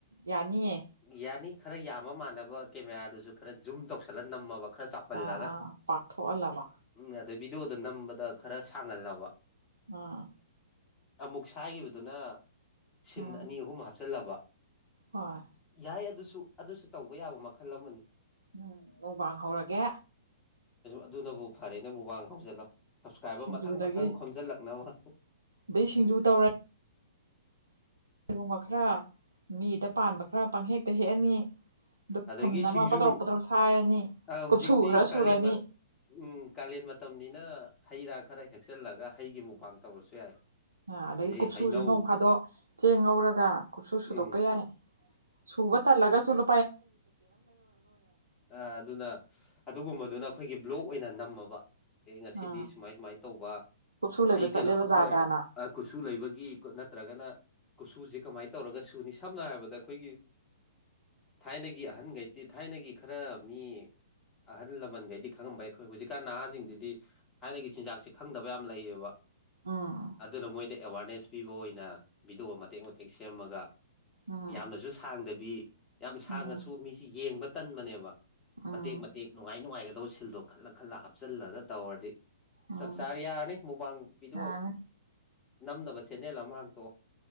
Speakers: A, on the right (about 75°); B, on the left (about 15°).
A: ꯌꯥꯅꯤꯌꯦ
B: ꯌꯥꯅꯤ ꯈꯔ ꯌꯥꯝꯕ ꯃꯥꯟꯅꯕ ꯀꯦꯃꯦꯔꯥꯗꯨꯁꯨ ꯈꯔ ꯖꯨꯝ ꯇꯧꯁꯜꯂ ꯅꯝꯃꯕ ꯈꯔ ꯆꯥꯎꯍꯜꯂꯒ
A: ꯑꯥ ꯑꯥ ꯄꯥꯛꯊꯣꯛꯍꯜꯂꯕ
B: ꯎꯝ ꯑꯗꯩ ꯚꯤꯗꯤꯑꯣꯗꯣ ꯅꯝꯕꯗ ꯈꯔ ꯁꯥꯡꯍꯜꯂꯕ
A: ꯑꯥ
B: ꯑꯃꯨꯛ ꯁꯥꯏꯈꯤꯕꯗꯨꯅ ꯁꯤꯟ
A: ꯑꯥ
B: ꯑꯅꯤ ꯑꯍꯨꯝ ꯍꯥꯞꯆꯤꯜꯂꯕ
A: ꯍꯣꯏ
B: ꯌꯥꯏ ꯑꯗꯨꯁꯨ ꯑꯗꯨꯁꯨ ꯇꯧꯕ ꯌꯥꯕ ꯃꯈꯜ ꯑꯃꯅꯤ
A: ꯎꯝ ꯃꯨꯛꯕꯥꯡ ꯍꯧꯔꯒꯦ
B: ꯑꯗꯨꯅꯕꯨ ꯐꯔꯦꯅꯕꯨ ꯋꯥꯡ ꯍꯧꯖꯜꯂꯣ ꯁꯞꯁꯀ꯭ꯔꯥꯏꯕꯔ
A: ꯁꯤꯡꯖꯨꯗꯒꯤ
B: ꯃꯊꯪ ꯃꯊꯪ ꯈꯣꯝꯖꯤꯜꯂꯛꯅꯕ
A: ꯑꯗꯩ ꯁꯤꯡꯖꯨ ꯇꯧꯔ ꯀꯔꯤꯒꯨꯝꯕ ꯈꯔ ꯃꯤꯗ ꯄꯥꯟꯕ ꯈꯔ ꯄꯪꯍꯦꯛꯇ ꯍꯦꯛꯑꯅꯤ ꯑꯗꯨ
B: ꯑꯗꯒꯤ
A: ꯊꯨꯝ
B: ꯁꯤꯡꯖꯨ
A: ꯑꯃ ꯄꯗ꯭ꯔꯧ ꯄꯗ꯭ꯔꯧ ꯁꯥꯏꯔꯅꯤ
B: ꯍꯧꯖꯤꯛꯇꯤ
A: ꯀꯨꯞꯁꯨ ꯈ꯭ꯔ ꯁꯨꯔꯅꯤ
B: ꯀꯥꯂꯦꯟ ꯎꯝ ꯀꯥꯂꯦꯟ ꯃꯇꯝꯅꯤꯅ ꯍꯩ ꯔꯥ ꯈꯔ ꯍꯦꯛꯆꯜꯂꯒ ꯍꯩꯒꯤ ꯃꯨꯕꯥꯥꯡ ꯇꯧꯔꯁꯨ ꯌꯥꯏ
A: ꯑꯥ ꯑꯗꯒꯤ
B: ꯍꯧꯖꯤꯛ
A: ꯀꯨꯞꯁꯨꯁꯨ
B: ꯍꯩꯅꯧ
A: ꯅꯣꯡ ꯐꯥꯗꯣꯛ ꯆꯦꯡ ꯉꯧꯔꯒ ꯀꯨꯞꯁꯨ ꯁꯨꯗꯣꯛꯄ
B: ꯎꯝ
A: ꯌꯥꯔꯦ ꯁꯨꯕ ꯇ ꯑꯂꯒ ꯆꯂꯣ
B: ꯑ ꯑꯗꯨꯅ ꯑꯗꯨꯒꯨꯝꯕꯗꯨꯅ ꯑꯩꯈꯣꯏꯒꯤ ꯕ꯭ꯂꯣꯛ ꯑꯣꯏꯅ ꯅꯝꯃꯕ ꯑꯦ ꯉꯁꯤꯗꯤ
A: ꯑꯥ
B: ꯁꯨꯃꯥꯏ ꯁꯨꯃꯥꯏꯅ ꯇꯧꯕ
A: ꯀꯨꯞꯁꯨ ꯂꯩꯕ
B: ꯑꯩ
A: ꯆꯠꯂꯦ
B: ꯀꯩꯅꯣ
A: ꯕꯖꯥꯔꯗꯅ
B: ꯍꯣꯏ ꯀꯨꯠꯁꯨ ꯂꯩꯕꯒꯤ ꯅꯠꯇ꯭ꯔꯒꯅ ꯀꯨꯞꯁꯨꯁꯦ ꯀꯃꯥꯏꯅ ꯇꯧꯔꯒ ꯁꯨꯅꯤ ꯁꯝꯅ ꯍꯥꯏꯔꯕꯗ ꯑꯩꯈꯣꯏꯒꯤ ꯊꯥꯏꯅꯒꯤ ꯑꯍꯟꯈꯩꯗꯤ ꯊꯥꯏꯅꯒꯤ ꯈꯔ ꯃꯤ ꯑꯍꯜ ꯂꯃꯟꯈꯩꯗꯤ ꯈꯪꯉꯕ ꯌꯥꯏ ꯑꯩꯈꯣꯏ ꯍꯧꯖꯤꯛꯀꯥꯟ ꯅꯍꯥꯁꯤꯡꯗꯨꯗꯤ ꯊꯥꯏꯅꯒꯤ ꯆꯤꯟꯖꯥꯛꯁꯦ ꯈꯪꯗꯕ ꯌꯥꯝ ꯂꯩꯌꯦꯕ
A: ꯎꯝ
B: ꯑꯗꯨꯅ ꯃꯣꯏꯗ ꯑꯦꯋꯥꯔꯅꯦꯁ ꯄꯤꯕ ꯑꯣꯏꯅ ꯚꯤꯗꯤꯑꯣ ꯃꯇꯦꯛ ꯃꯇꯦꯛ ꯁꯦꯝꯃꯒ
A: ꯎꯝ
B: ꯌꯥꯝꯅꯁꯨ ꯁꯥꯡꯗꯕꯤ ꯌꯥꯝ ꯁꯥꯡꯉꯁꯨ
A: ꯎꯝ
B: ꯃꯤꯁꯤ ꯌꯦꯡꯕ ꯇꯟꯕꯅꯦꯕ
A: ꯎꯝ
B: ꯃꯇꯦꯛ ꯃꯇꯦꯛ ꯅꯨꯡꯉꯥꯏ ꯅꯨꯡꯉꯥꯏꯒꯗꯕ ꯁꯤꯜꯗꯣ ꯈꯜꯂ ꯈꯜꯂ ꯍꯥꯞꯆꯜꯂꯒ ꯇꯧꯔꯗꯤ
A: ꯎꯝ
B: ꯆꯞ ꯆꯥꯔ ꯌꯥꯔꯅꯤ ꯃꯨꯃꯥꯡ ꯄꯤꯗꯣꯛ
A: ꯌꯥꯅꯤ
B: ꯅꯝꯅꯕ ꯁꯦꯟꯗꯦꯜ ꯑꯃ ꯍꯥꯡꯇꯣꯛꯑꯣ